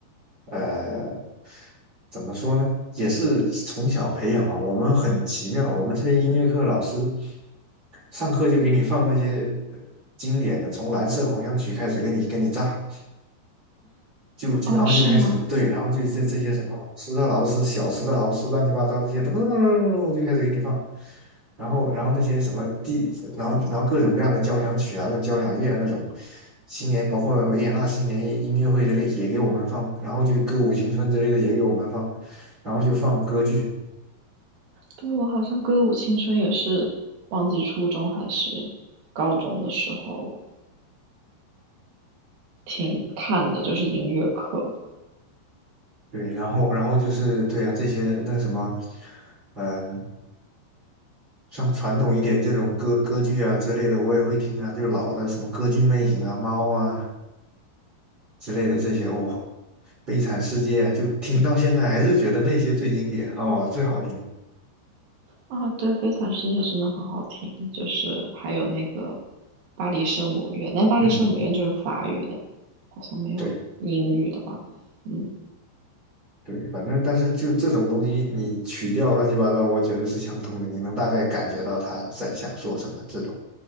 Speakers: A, on the right; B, on the right.
A: 呃，怎么说呢，也是从小培养嘛。我们很奇妙，我们这边音乐课老师上课就给你放那些呃经典的，从《蓝色狂想曲》开始给你给你炸。就就然后就开始对，
B: 哦是吗？
A: 然后就是这这些什么老师的老师、小时的老师、乱七八糟这些，噔噔噔噔噔就开始给你放，然后然后那些什么地，然后然后各种各样的交响曲啊、那交响乐啊那种，新年包括维也纳新年音音乐会之类也给我们放，然后就歌舞青春之类的也给我们放，然后就放歌剧，
B: 对，我好像歌舞青春也是忘记初中还是高中的时候听看的，就是音乐课
A: 对，然后然后就是对啊这些那什么，嗯。像传统一点这种歌歌剧啊之类的，我也会听啊，就是老的什么歌剧魅影啊、猫啊，之类的这些，哦，《悲惨世界》啊，就听到现在还是觉得那些最经典哦，最好听。
B: 啊。对，《悲惨世界》真的很好听，就是还有那个《巴黎圣母院》，但《巴黎圣母院》就是法语的，
A: 嗯，
B: 好像没有英语的吧？
A: 对
B: 嗯
A: 对，反正但是就这种东西，你曲调乱七八糟，我觉得是相通的，你能大概感觉到他在想说什么，这种